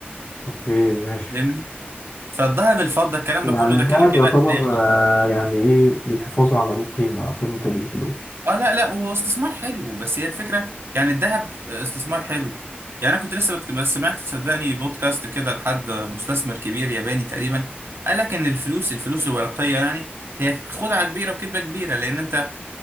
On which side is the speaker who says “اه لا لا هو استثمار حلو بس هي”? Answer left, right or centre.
Right